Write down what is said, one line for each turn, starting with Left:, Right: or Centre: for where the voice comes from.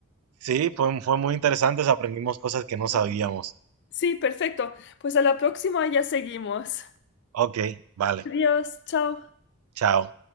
Right: sí, fue, fue muy interesante, aprendimos cosas que no sabíamos.
Left: <laughs> Sí, perfecto. Pues a la próxima ya seguimos.
Right: Ok, vale,
Left: Adiós, chao.
Right: chao.